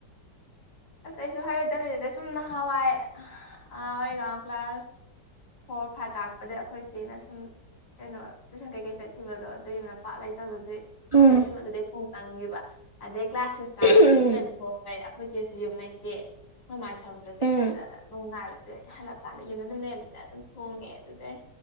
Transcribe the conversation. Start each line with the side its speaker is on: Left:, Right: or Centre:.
Left: ꯑꯁ ꯑꯩꯁꯨ ꯍꯥꯏꯔꯣꯏꯗꯕꯤꯗ ꯁꯨꯝ ꯅꯍꯥꯟꯋꯥꯏ ꯑꯉꯥꯡ ꯑꯣꯏꯔꯤꯒ ꯀ꯭ꯂꯥꯁ ꯐꯣꯔ ꯐꯥꯏꯚ ꯀꯥꯔꯛꯄꯗ ꯑꯩꯈꯣꯏꯆꯦꯅ ꯑꯁꯨꯝ ꯀꯩꯅꯣ ꯇꯨꯏꯁꯟ ꯀꯩ ꯀꯩ ꯆꯠꯈꯤꯕꯗꯣ ꯑꯗꯨ ꯌꯥꯝꯅ ꯄꯥꯛ ꯂꯩꯇꯕ ꯑꯗꯩ
Right: ꯎꯝ
Left: ꯑꯩꯅ ꯁꯨꯝ ꯑꯗꯨꯗꯩ ꯊꯣꯡ ꯇꯝꯈꯤꯕ ꯑꯗꯩ ꯀ꯭ꯂꯥꯁ ꯁꯤꯛꯁ ꯀꯥꯔꯛꯄꯗꯩ
Right: ꯎꯝ
Left: ꯐꯖꯅ ꯊꯣꯡꯒꯔꯦ ꯑꯩꯈꯣꯏ ꯏꯆꯦꯁꯨ ꯌꯨꯝ ꯂꯩꯇꯦ ꯑꯩꯈꯣꯏ ꯃꯥꯁꯨ ꯊꯕꯛ ꯆꯠꯄ
Right: ꯎꯝ
Left: ꯏꯊꯟꯇꯒ ꯑꯗꯨꯝ ꯉꯥꯏꯕꯗꯨ ꯍꯜꯂꯛꯀꯥꯟꯗ ꯌꯨꯝꯗ ꯑꯗꯨꯝ ꯂꯩꯔꯝꯃꯦ ꯑꯗꯨꯝ ꯊꯣꯡꯉꯦ ꯑꯗꯨꯗꯩ